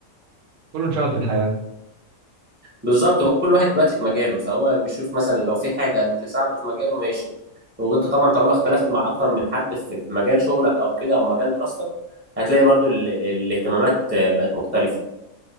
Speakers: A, on the right; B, on the right.
A: كله انشغل في الحياه
B: بالظبط هو كل واحد دلوقتي في مجاله فهو بيشوف مثلا لو في حاجة تساعده في مجاله ماشي وانت طبعا طالما اختلفت مع اكتر من حد في في مجال شغلك او كده او مجال دراستك هتلاقي برضو ال... الاهتمامات بقت مختلفة